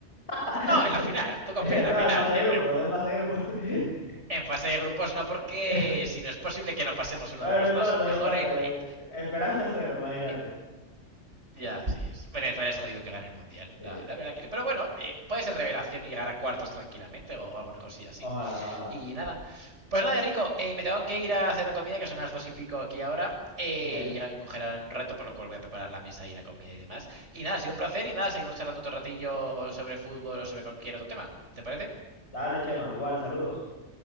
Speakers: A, on the left; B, on the right.
A: <laughs>
B: No, en la final. Tú confías en la
A: No,
B: final.
A: en fase de
B: en,
A: grupos, en fase de grupos. <laughs>
B: En fase de grupos
A: Eh,
B: no, porque
A: <laughs>
B: si no es posible que no pasemos
A: Bueno,
B: uno de
A: no
B: los
A: importa,
B: dos.
A: no
B: Mejor
A: importa.
B: en. eh,
A: Eh, Esperanza cero, imagínate.
B: eh, ya, sí. es- Venezuela es jodido que gane el mundial.
A: Sí,
B: La, la verdad que. sí. Pero bueno, eh, puede ser revelación y llegar a cuartos tranquilamente o alguna cosilla así.
A: ojalá, ojalá.
B: Y nada. Pues nada, Rico, eh, me tengo que ir a hacer la comida, que son las dos y pico aquí ahora. Eh,
A: Ok,
B: llega mi mujer ahora en un rato, por lo cual voy a preparar la mesa y la comida y demás. Y nada, ha sido un placer. Y nada, seguimos charlando otro ratillo sobre fútbol o sobre cualquier otro tema. ¿Te parece?
A: dale, Chema, igual, saludos.